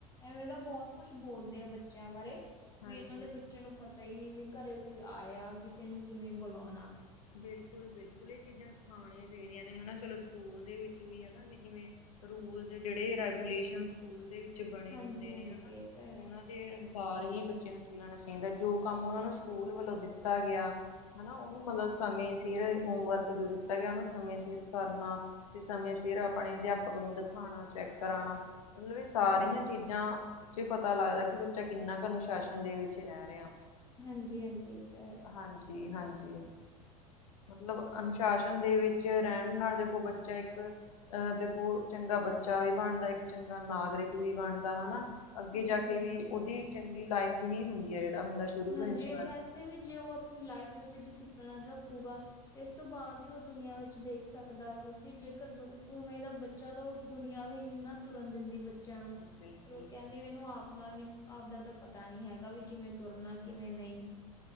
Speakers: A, on the left (about 15°); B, on the left (about 65°).
A: ਐਵੇਂ ਤਾਂ ਬਹੁਤ ਕੁਛ ਬੋਲਦੇ ਆ ਬੱਚੇ ਬੱਚਿਆਂ ਬਾਰੇ,
B: ਹਾਂਜੀ
A: ਵੀ ਇਹਨਾਂ ਦੇ ਬੱਚੇ ਬੱਚੇ ਨੂੰ ਪਤਾ ਹੀ ਨਹੀਂ ਵੀ ਘਰੇ ਕੋਈ ਆਇਆ, ਕਿਸੇ ਨੂੰ ਕਿਵੇਂ ਬੁਲਾਉਣਾ
B: ਬਿਲਕੁਲ-ਬਿਲਕੁਲ ਇਹ ਚੀਜ਼ਾਂ ਸਿਖਾਉਣੀਆਂ ਚਾਹੀਦੀਆਂ ਨੇ ਹਨਾ। ਚਲੋ ਸਕੂਲ ਦੇ ਵਿੱਚ ਵੀ ਹਨਾ ਜਿਵੇਂ ਰੂਲਜ਼ ਜਿਹੜੇ ਰੈਗੂਲੇਸ਼ਨ। <inaudible> ਸਕੂਲ ਦੇ ਵਿੱਚ ਬਣੇ
A: ਹਾਂਜੀ
B: ਹੁੰਦੇ
A: ਹਾਂਜੀ
B: ਨੇ ਹਨਾ।
A: ਇਹ ਤਾਂ ਹੈ
B: ਅਨੁਸਾਰ ਹੀ ਬੱਚੇ ਨੂੰ ਚੱਲਣਾ ਚਾਹੀਦਾ, ਜੋ ਕੰਮ ਉਹਨਾਂ ਨੂੰ ਸਕੂਲ ਵੱਲੋਂ ਦਿੱਤਾ ਗਿਆ। ਹਨਾ, ਉਹਨੂੰ ਮਤਲਬ ਸਮੇਂ ਸਿਰ ਹੋਮਵਰਕ ਜੋ ਦਿੱਤਾ ਗਿਆ ਉਹਨੂੰ ਸਮੇਂ ਸਿਰ ਕਰਨਾ। ਤੇ ਸਮੇਂ ਸਿਰ ਆਪਣੇ ਅਧਿਆਪਕ ਨੂੰ ਦਿਖਾਉਣਾ, ਚੈੱਕ ਕਰਾਉਣਾ ਮਤਲਬ ਇਸ ਸਾਰੀਆਂ
A: ਹਾਂਜੀ
B: ਚੀਜ਼ਾਂ ਚ ਪਤਾ ਲੱਗਦਾ, ਕਿ ਬੱਚਾ ਕਿੰਨਾ ਕੁ ਅਨੁਸ਼ਾਸਨ ਦੇ ਵਿੱਚ ਰਹਿ ਰਿਹਾ।
A: ਹਾਂਜੀ-ਹਾਂਜੀ, ਇਹ ਤਾਂ ਹੈ।
B: ਹਾਂਜੀ-ਹਾਂਜੀ। ਮਤਲਬ ਅਨੁਸ਼ਾਸਨ ਦੇ ਵਿੱਚ ਰਹਿਣ ਨਾਲ, ਦੇਖੋ ਬੱਚਾ ਇੱਕ ਅਹ ਦੇਖੋ, ਚੰਗਾ ਬੱਚਾ ਵੀ ਬਣਦਾ, ਇੱਕ ਚੰਗਾ ਨਾਗਰਿਕ ਵੀ ਬਣਦਾ ਹਨਾ। ਅੱਗੇ
A: ਹਾਂਜੀ
B: ਜਾ ਕੇ
A: ਹਾਂਜੀ
B: ਵੀ ਉਹਦੀ, ਚੰਗੀ ਲਾਈਫ ਹੀ ਹੁੰਦੀ ਹੈ ਜਿਹੜਾ ਬੰਦਾ ਸ਼ੁਰੂ
A: ਹਾਂਜੀ
B: ਤੋਂ ਇਨਸ਼ਾਸ
A: ਵੈਸੇ
B: ਬਿਲਕੁਲ
A: ਵੀ, ਜੇ ਉਹ ਆਪਣੀ ਲਾਈਫ ਵਿੱਚ ਡਿਸਿਪਲਨ ਰੱਖੁਗਾ ਇਸ ਤੋਂ ਬਾਅਦ ਹੀ, ਉਹ ਦੁਨੀਆਂ ਵਿੱਚ ਦੇਖ ਸਕਦਾ, ਕਿਉਂਕਿ ਜੇਕਰ ਉਵੇਂ ਦਾ ਬੱਚਾ ਜਦੋਂ ਦੁਨੀਆਂ ਵੀ ਨੀ-ਨਾ ਤੁਰਨ ਦਿੰਦੀ, ਬੱਚਿਆਂ ਨੂੰ, ਫਿਰ
B: ਬਿਲਕੁਲ
A: ਉਹ ਕਹਿ ਕਹਿੰਦੇ ਵੀ ਮਨੂੰ ਆਪ ਨਾਲ, ਆਪ ਦਾ ਤਾਂ ਪਤਾ ਨਹੀਂ ਹੈਗਾ, ਵੀ ਕਿਵੇਂ ਤੁਰਨਾ ਕਿਵੇਂ ਨਹੀਂ।